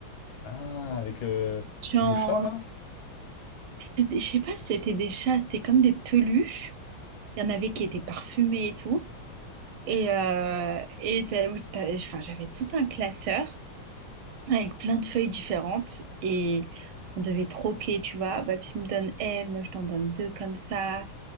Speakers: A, on the left; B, on the right.
A: Ah, avec euh,
B: Genre,
A: le chat, là?
B: c'était- je sais pas si c'était des chats, c'était comme des peluches. Il y en avait qui étaient parfumés et tout. Et, euh, et t'as- t'as- enfin, j'avais tout un classeur. avec plein de feuilles différentes et on devait troquer, tu vois, Ah bah tu me donnes elle, moi je t'en donne deux comme ça.